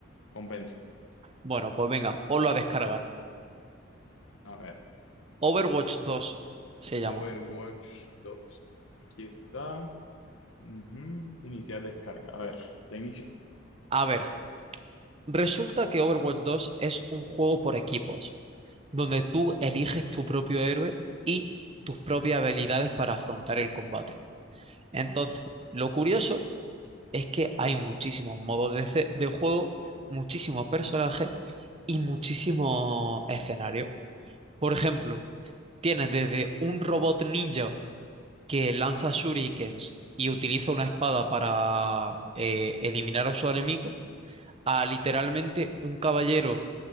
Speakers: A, on the left; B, on the right.
A: convence,
B: Bueno, pues venga, ponlo a descargar.
A: a ver.
B: Overwatch dos se llama.
A: Overwatch dos, Aquí está. Ujú, Iniciar descarga. A ver, ya inició.
B: A ver, resulta que Overwatch dos es un juego por equipos, donde tú eliges tu propio héroe y tus propias habilidades para afrontar el combate. Entonces, lo curioso es que hay muchísimos modos de, ce- de juego, muchísimos personajes y muchísimos escenarios. Por ejemplo, Tienes desde un robot ninja que lanza shurikens y utiliza una espada para eh, eliminar a su enemigo, a literalmente un caballero